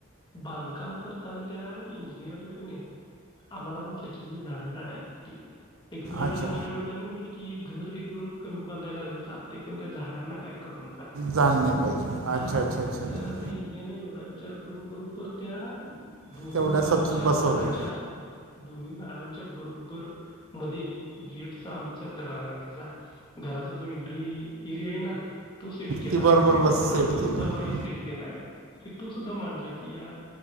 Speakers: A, on the left; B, on the right.
A: बांध काम करताना त्या इंजिनियर न नाही आम्हाला म्हटलं की हे झाड काढाय लागतील. एक वेळ
B: अच्छा
A: माझ्या वडिलांनी म्हटलं की की घर एक वेळ कमी बांधायला लागलं चालतय पण त्या झाडांना काय करू नका.
B: झालं नाही पाहिजे अच्छा
A: हा
B: अच्छा अच्छा अच्छा
A: तर तेज एवढा वि विचार करून बरोबर त्या दोन्ही
B: तेवढ्या
A: नारळाच्या
B: सच बसवल्या
A: झाडाच्या दोन्ही नारळांच्या बरोबर मध्ये गेटचा आमच्याचा घराचा जो एंट्री एरिया आहे ना तो सेट केला
B: ती बरोबर
A: आणि तो
B: बस
A: आज
B: सेट
A: एवढा
B: केली
A: भारी सेट केलाय. की तू सुद्धा मानला की या